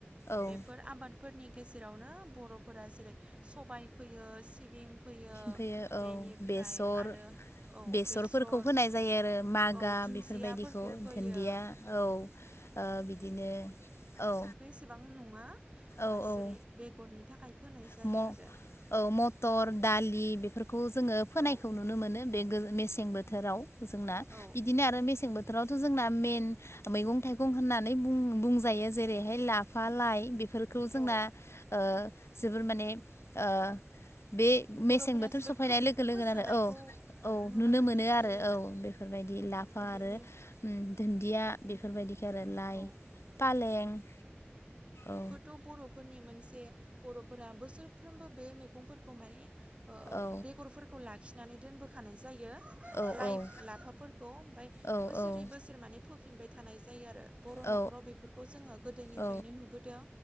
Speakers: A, on the left; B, on the right.
A: औ
B: बेफोर आबाद फोरनि गेजेरावनो बरफोरा जेरै सबाय फैयो सिबिं फैयो।
A: ओमफ्रायो औ
B: बेनिफ्राय
A: बेसर
B: आरो औ
A: बेसरफोरखौ
B: बेसर
A: फोनाय जायो आरो। मागा
B: औ दुन्दियाफोरखौ
A: बेफोरबायदिखौ
B: फोयो
A: दुन्दिया औ। ओ बिदिनो औ।
B: बेसेबां नङा
A: औ
B: बा जेरै
A: औ
B: बेगरनि थाखाय फोनाय जायो
A: म
B: आरो।
A: औ मटर, दालि बेफोरखौ जोङो फोनायखौ
B: औ
A: नुनो मोनो बे मेसें बोथोराव। जोंना
B: औ
A: बिदिनो आरो मेसें बोथोरावथ' जोंना मेइन मैगं थाइगं होननानै बुं बुंजायो जेरैहाय लाफा, लाइ बे फोरफोरखौ जोंना
B: औ
A: जोबोर माने ओ बे
B: बर'फोरा
A: मेसें बोथोर
B: जोबोर
A: सफैनाय
B: खोब
A: लोगो लोगोनो
B: फोसोनायखौ
A: औ औ नुनो
B: मोननाय
A: मोनो
B: जायो
A: आरो। औ बेफोरबायदि लाब आरो
B: बेनि
A: उम दुन्दिया बेफोरबायदिखो आरो लाइ
B: औ
A: फालें औ।
B: थ' बर'फोरनि मोनसे बर'फोरा बोसोरफ्रोमबो बे मैगंफोरखौ माने ओ
A: औ
B: बेगरफोरखौ लाखिनानै दोनबोखानाय जायो।
A: औ
B: लाइ
A: औ
B: लाफाफोरखौ ओमफ्राय
A: औ
B: बोसोरै
A: औ
B: बोसोर माने फोफिनबाय थानाय जायो आरो। बर'
A: औ
B: नखराव बेफोरखौ जोङो गोदोनिफ्रायनो
A: औ
B: नुबोदों।